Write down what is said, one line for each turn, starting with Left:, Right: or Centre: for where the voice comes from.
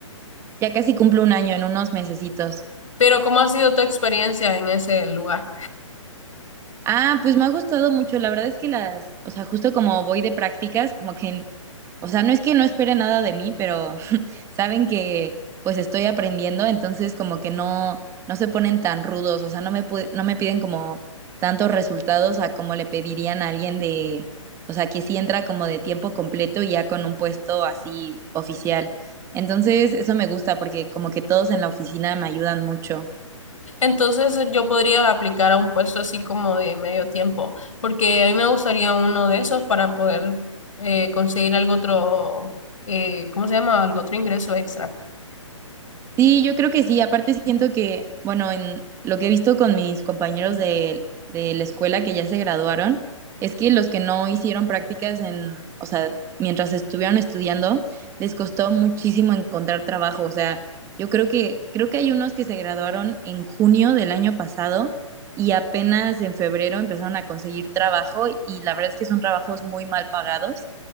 Right: Ya casi cumplo un año en unos mesecitos.
Left: pero ¿cómo ha sido tu experiencia en ese lugar?
Right: Ah, pues me ha gustado mucho. La verdad es que las, o sea, justo como voy de prácticas, como que, o sea, no es que no espere nada de mí, pero <laughs> saben que pues estoy aprendiendo, entonces como que no, no se ponen tan rudos, o sea, no me, pu- no me piden como tantos resultados a como le pedirían a alguien de, o sea, que sí entra como de tiempo completo y ya con un puesto así oficial. Entonces, eso me gusta porque como que todos en la oficina me ayudan mucho.
Left: Entonces yo podría aplicar a un puesto así como de medio tiempo, porque a mí me gustaría uno de esos para poder eh, conseguir algo otro, eh, ¿cómo se llama? Algo otro ingreso extra.
Right: Sí, yo creo que sí. Aparte siento que, bueno, en lo que he visto con mis compañeros de, de la escuela que ya se graduaron, es que los que no hicieron prácticas en, o sea, mientras estuvieron estudiando, les costó muchísimo encontrar trabajo. O sea, yo creo que, creo que hay unos que se graduaron en junio del año pasado y apenas en febrero empezaron a conseguir trabajo y la verdad es que son trabajos muy mal pagados.